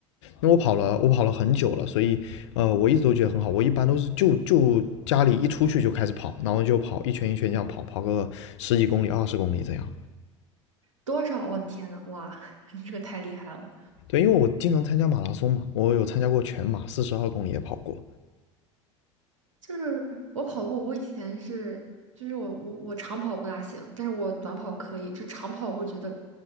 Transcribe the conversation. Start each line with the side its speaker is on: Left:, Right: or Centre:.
Left: 因为我跑了，我跑了很久了，所以呃，我一直都觉得很好。我一般都是就就家里一出去就开始跑，然后就跑一圈一圈这样跑，跑个十几公里、二十公里这样。
Right: 多少？我的天呐，哇，<laughs> 你这个太厉害了！
Left: 对，因为我经常参加马拉松嘛，我有参加过全马，四十二公里也跑过。
Right: 就是我跑步，我以前是就是我我我长跑不大行，但是我短跑可以。就长跑我会觉得